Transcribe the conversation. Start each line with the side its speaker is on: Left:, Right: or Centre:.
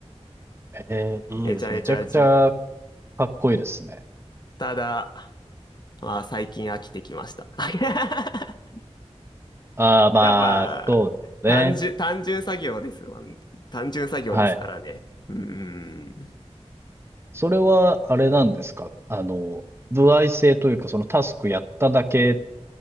Right: へえ、いいです。
Left: めちゃめちゃじ、
Right: めちゃくちゃかっこいいですね。
Left: ただ、まあ最近飽きてきました。<laughs>
Right: ああ、まあ、
Left: やっぱ、
Right: そうですよね。
Left: 単純、単純作業ですわ。単純作業ですからね。
Right: はい。
Left: うーん。
Right: それは、あれなんですかあの、歩合制というか、そのタスクやっただけ